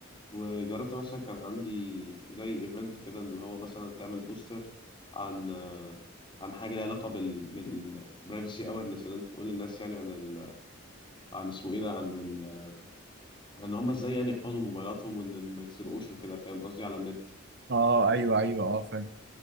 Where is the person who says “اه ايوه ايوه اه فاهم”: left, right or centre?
Right